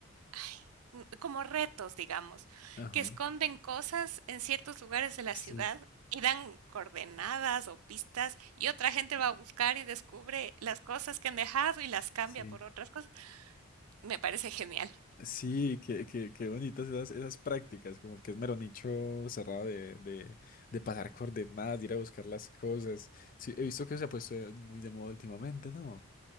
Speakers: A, on the right (about 85°); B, on the left (about 40°).
A: ay, como retos, digamos,
B: ajá,
A: que esconden cosas en ciertos lugares de la
B: sí,
A: ciudad y dan coordenadas o pistas y otra gente va a buscar y descubre las cosas que han dejado y las cambia
B: sí.
A: por otras cosas. Me parece genial.
B: Sí, qué, qué, qué bonitas esas, esas prácticas, como que es mero nicho cerrado de, de, de pasar coordenadas, de ir a buscar las cosas. Sí, he visto que se ha puesto muy de moda últimamente, ¿no?